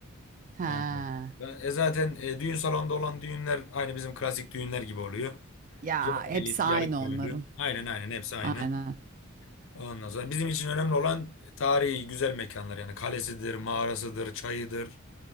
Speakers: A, on the right (about 40°); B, on the left (about 65°).
A: He.
B: Ondan sonra- E zaten e, düğün salonunda olan düğünler aynı bizim klasik düğünler gibi oluyor.
A: Ya
B: Yarı
A: hepsi
B: elit,
A: aynı
B: yarı köylü.
A: onların.
B: Aynen aynen hepsi aynı.
A: Aynen.
B: Ondan sonra bizim için önemli olan tarihi güzel mekanlar yani kalesidir, mağarasıdır, çayıdır.